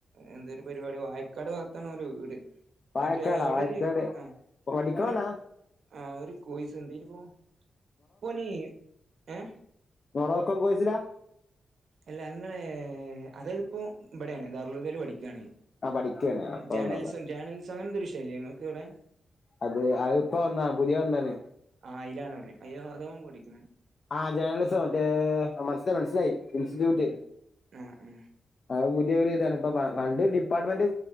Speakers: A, on the right; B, on the left.
A: എന്തേലും പരിപാടി വായക്കാട് ഭാഗത്താണ് ഓല വീട്.
B: വായക്കാടാ
A: മറ്റേ എവടെരു
B: വായക്കാട്
A: ആ
B: പഠിക്കണോനാ
A: ഒരു. ആ ഒരു കോയിസ് എന്തെനിപ്പോ പോനീ ഏ.
B: മൊറോക്കോം കോഴ്സിലാ.
A: അല്ല ന്ന് അതായത്പ്പോ ഇവിടെയാണ് ദാറുൽഹുദേല് പഠിക്കാണ്.
B: ആഹ് പഠിക്കാണ് അപ്പൊ
A: ജേണലിസം
B: ഒന്നുല്ല
A: ജേണലിസം അങ്ങനെന്തൊരു വിശയല്ലെങ്ങക്ക് ഇവിടെ.
B: അത് അഹ്പ്പ വന്നാ പുതിയ വന്നാണ്.
A: ആഹ് അയിലാണോന് അതോന് കൂടിക്ക്ണ്.
B: ആഹ് ജേണലിസം മറ്റേ മനസ്സ മനസ്സിലായി ഇൻസ്റ്റിറ്റ്യൂട്ട്.
A: ഉം ആ ആ
B: അത് പുതിയൊരിതാണ് ഇപ്പൊ പണ്ട് ഡിപ്പാർട്ട്മെന്റ്.